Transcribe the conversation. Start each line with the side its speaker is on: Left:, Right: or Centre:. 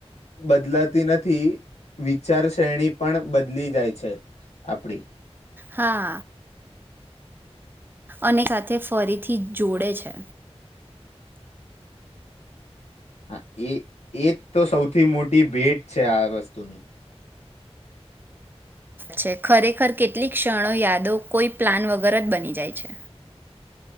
Left: બદલાતી નથ થી વિચાર શ્રેણી પણ બદલી જાય છે આપડી.
Right: હા અને સાથે ફરીથી જોડે છે.
Left: હા, એ એ તો સૌ થી મોટી ભેટ છે આ વસ્તુની.
Right: છે ખરેખર કેટલીક ક્ષણો યાદો કોઈ પ્લાન વગર જ બની જાય છે.